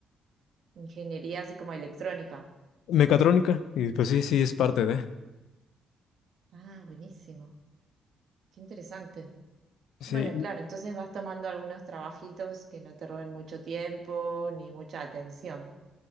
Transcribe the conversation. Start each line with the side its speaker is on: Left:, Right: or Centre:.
Right: Ingeniería así como electrónica.
Left: mecatrónica. Y pues sí, sí, es parte de.
Right: Ah, buenísimo. Qué interesante.
Left: Sí,
Right: Bueno, claro, entonces vas tomando algunos trabajitos que no te roben mucho tiempo ni mucha atención.